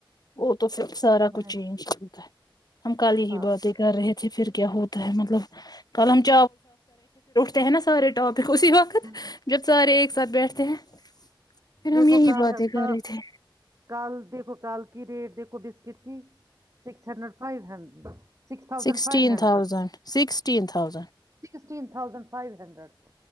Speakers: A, on the left (about 50°); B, on the right (about 35°).
A: وہ تو پھر سارا
B: ویسے-
A: کچھ چینج چلتا ہے ہم کالی ہی
B: ہاں
A: بات ہی کر رہے تھ پھر کیا ہوتا ہے مطلب کاللم <unintelligible> ہے ن سارے اپ اسی وقت
B: ہوں
A: جب سارے ایک ساتھ بیٹھتے ہیں پھر
B: دیکھو
A: ہم یہی
B: کال
A: باتیں کر
B: تھا
A: رہے تھے
B: کال دیکھو کال کی ریٹ دیکھو بسکٹ کی six hundred five hundred six thousand
A: sixteen
B: five hundred
A: thousand sixteen thousand
B: sixteen thousand five hundred کو